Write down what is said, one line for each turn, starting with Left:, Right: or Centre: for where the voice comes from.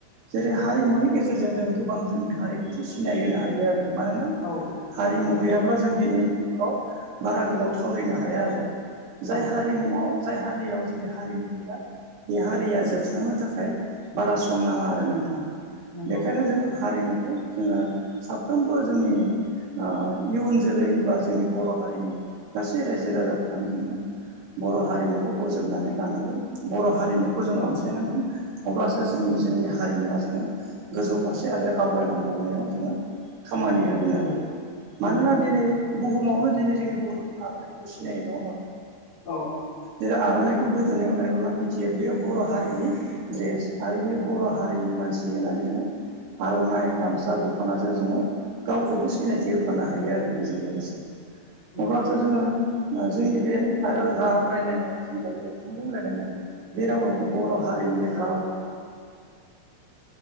Right: जेरै हारिमुनि गेजेरजों जों गोबां जोंनि हारिखौसो सिनाय होनो हायो आरो। मानोना
Left: औ
Right: हारिमु
Left: नंगौ
Right: गैयाब्ला जों दिनै मुलुगाव बारा गोबाव थावरिनो हाया आरो। जाय
Left: औ उम
Right: हारिमुआव जाय हारियाव जुदि हारिमु गैया बे हारिया जोबस्रांनो थाखाय बारा सम नाङा आरो नोंथां
Left: नंगौ
Right: बेखायनो
Left: नंगौ
Right: जों हारिमुखौ जोङो साफ्रोमबो जोंनि ओ इयुन जोलै बा जोंनि बर' हारिनि गासै रायजो राजाफ्रानो जोङो बर' हारिमुखौ बोज'बनानै लानांगोन बर' हारिमु खौ जों
Left: औ
Right: अनसायनांगोन अब्लासो जोंनि
Left: नंगौ
Right: जोंनि हारिमुवा जोङो गोजौ फारसे आरो आवगायलांबावनायाव जोङो खामानि होगोन आरो। मानोना
Left: नंगौ
Right: दिनै बुहुमावनो दिनै जोंनि बर'नि आर'ननाइखौ सिनायो नङा होमबा?
Left: औ
Right: जेरै आर'ननाइखौ गोदोनायाव लायोबोला मिथियो बेयो बर' हारिनि ड्रेस आरो बेयो बर' हारिनि मानसि होननानै जोंङो आर'ननाइ गामसा दख'नाजों जोंङो गावखौबो सिनायथि होफानो हायो आरो बेजों लोगोसे।
Left: नंगौ
Right: अब्लाथ' जोङो जोंनि बे आरो राव रायज्लायनाय जों दायो नोंथांजों रायज्लायनाय बे रावाबो बर' हारिनिया राव